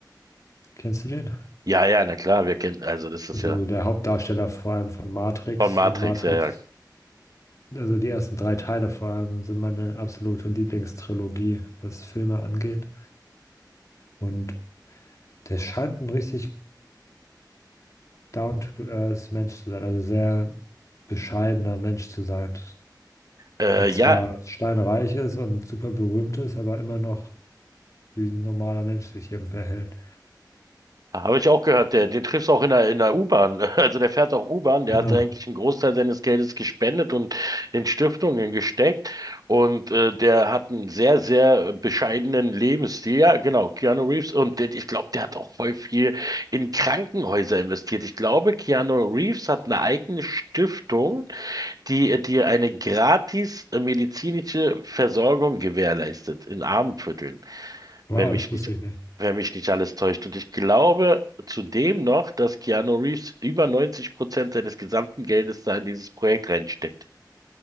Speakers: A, on the left (about 45°); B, on the right (about 55°).
A: kennst du den?
B: Ja, ja, na klar, wir kennen, also das ist
A: Also
B: ja
A: der Hauptdarsteller vor allem von Matrix
B: von Matrix,
A: und Matrix
B: ja, ja.
A: Also die ersten drei Teile vor allem sind meine absolute Lieblingstrilogie, was Filme angeht. Und der scheint ein richtig down-to-earth Mensch zu sein, also sehr bescheidener Mensch zu sein,
B: Äh,
A: der zwar
B: ja,
A: steinreich ist und super berühmt ist, aber immer noch wie ein normaler Mensch sich eben verhält.
B: Ah, Habe ich auch gehört, der, den triffst du auch in der, in der U-Bahn. <laughs> Also der fährt auch U-Bahn, der
A: Genau.
B: hat eigentlich einen Großteil seines Geldes gespendet und in Stiftungen gesteckt. Und äh, der hat einen sehr, sehr bescheidenen Lebensstil. Ja, genau, Keanu Reeves. Und der, ich glaube, der hat auch voll viel in Krankenhäuser investiert. Ich glaube, Keanu Reeves hat eine eigene Stiftung, die dir eine gratis äh, medizinische Versorgung gewährleistet in Armenvierteln
A: Wow,
B: wenn mich
A: das
B: nicht,
A: wusste ich nicht.
B: wenn mich nicht alles täuscht. Und ich glaube zudem noch, dass Keanu Reeves über 90 Prozent seines gesamten Geldes da in dieses Projekt reinsteckt.